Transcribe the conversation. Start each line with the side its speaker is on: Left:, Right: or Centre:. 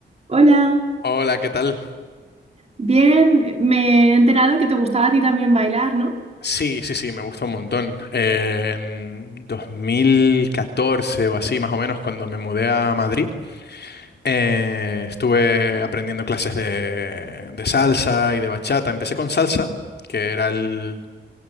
Right: Hola,
Left: Hola, ¿qué tal?
Right: bien, me he enterado que te gustaba a ti también bailar, ¿no?
Left: Sí, sí, sí, me gusta un montón. Eh, en 2014 o así, más o menos, cuando me mudé a Madrid, eh, estuve aprendiendo clases de, de salsa y de bachata. Empecé con salsa, que era el,